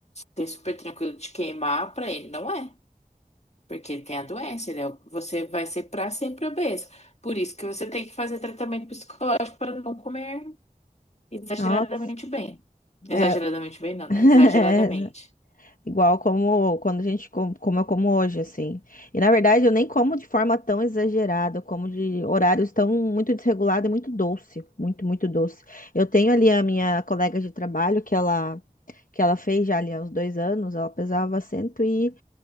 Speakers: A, on the left; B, on the left.
A: é super tranquilo de queimar, para ele não é. Porque ele tem a doença, ele é- você vai ser para sempre obeso. Por isso que você tem que fazer tratamento psicológico para não comer exageradamente
B: Nossa,
A: bem. Exageradamente
B: é,
A: bem, não,
B: <laughs>
A: né? Exageradamente.
B: Igual como quando a gente com- como eu como hoje, assim. E na verdade eu nem como de forma tão exagerada, eu como de horários tão muito desregulado e muito doce, muito, muito doce. Eu tenho ali a minha colega de trabalho que ela que ela fez já ali há uns dois anos, ela pesava 100 e